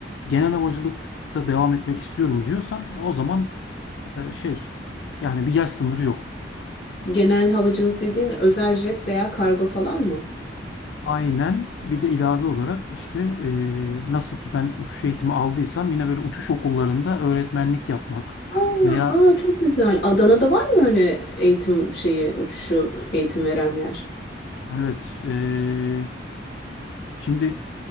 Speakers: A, on the left; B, on the left.
A: genel havacılıkta devam etmek istiyorum diyorsan o zaman eee, şey yani bir yaş sınırı yok.
B: Genel havacılık dediğin özel jet veya kargo falan mı?
A: Aynen. Bir de ilave olarak işte eee, nasıl ki ben uçuş eğitimi aldıysam yine böyle uçuş okullarında öğretmenlik yapmak
B: Aa,
A: veya
B: aa çok güzel. Adana'da var mı öyle eğitim şeyi, uçuşu eğitim veren yer?
A: evet eee, şimdi